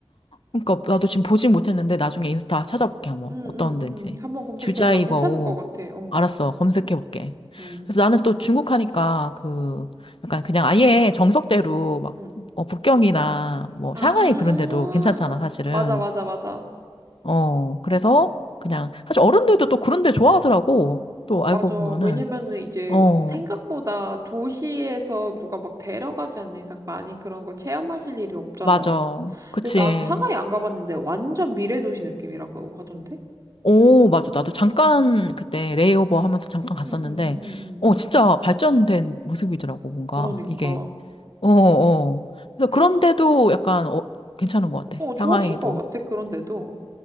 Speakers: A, on the left; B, on the right.
A: 그러니까 나도 지금 보진 못했는데 나중에 인스타 찾아볼게 한번
B: 응,
A: 어떤
B: 응,
A: 데인지
B: 응. 한번 검색해봐.
A: 주자이거우
B: 괜찮을 것 같아. 어,
A: 알았어 검색해볼게
B: 응
A: 그래서 나는 또 중국 하니까 그 약간 그냥 아예 정석대로 막
B: 응
A: 어, 북경이나 뭐
B: 아,
A: 샹하이 그런 데도 괜찮잖아 사실은
B: 맞아, 맞아, 맞아.
A: 어 그래서 그냥 사실 어른들도 또 그런 데 좋아하더라고 또 알고
B: 맞아.
A: 보면은
B: 왜냐면은 이제
A: 어
B: 생각보다 도시에서 누가 막 데려가지 않는 이상 많이 그런 거 체험하실 일이 없잖아.
A: 맞아 그치
B: 근데 난 상하이 안 가봤는데 완전 미래 도시 느낌이라고 하던데?
A: 오, 맞아. 나도 잠깐 그때 레이오버 하면서 잠깐 갔었는데,
B: 응, 응, 응, 응, 응.
A: 어, 진짜 발전된 모습이더라고, 뭔가.
B: 그러니까.
A: 이게. 어, 어. 그래서
B: 그래서,
A: 그런데도 약간, 어, 괜찮은 것 같아.
B: 어,
A: 상하이도.
B: 좋아하실 것 같아. 그런데도.